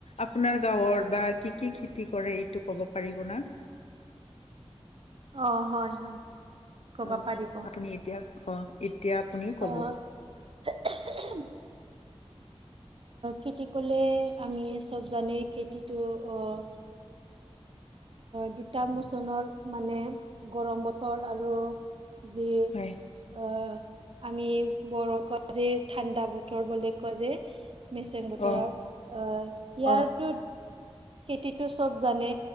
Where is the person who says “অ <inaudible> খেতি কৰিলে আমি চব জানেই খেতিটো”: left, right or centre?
Right